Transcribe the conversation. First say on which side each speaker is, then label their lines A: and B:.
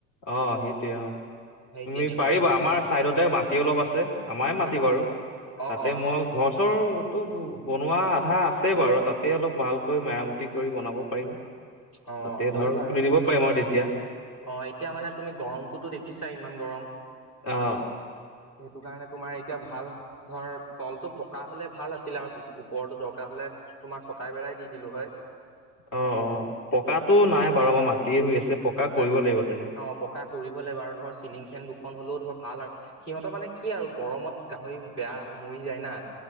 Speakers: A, on the left (about 45°); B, on the left (about 85°).
A: অ'! সেইটোৱে, অ'! তুমি
B: তেনেকুৱা
A: পাৰিবা
B: ধৰণৰ
A: আমাৰ চাইডতে মাটি অলপ আছে। আমাৰে মাটি
B: অ
A: বাৰু।
B: অ
A: তাতে,
B: অ
A: মই ঘৰ- চৰ তো বনোৱা আধা আছে বাৰু। তাতে, অলপ ভালকৈ মেৰামতি কৰি বনাব পাৰিম।
B: অ
A: তাতে
B: হয়
A: ধৰক,
B: বাৰু
A: খুলি দিব
B: অ
A: পাৰিম আৰু তেতিয়া।
B: অ, এতিয়া মানে তুমি গৰমটোতো দেখিছাই, ইমান গৰম।
A: অ।
B: সেইটো কাৰণে তোমাৰ এতিয়া ভাল ধৰ তলতো পকা হ'লে ভাল আছিল আৰু পিছ ওপৰতো দৰকাৰ হ'লে তোমাৰ ছটাই বেৰাই দি দিলো হয়।
A: অ-অ পকাটো নাই বাৰু আমাৰ মাটিয়ে হৈ আছে। পকা
B: তাক
A: কৰিব লাগিব তেনেহলে।
B: অ পকা কৰিব লাগিব। আৰু ধৰ চিলিং ফেন দুখন হ'লেও ধৰ ভাল আৰু সিহঁতৰ মানে কি আৰু গৰমত গাহৰি বেয়া মৰি যায় না।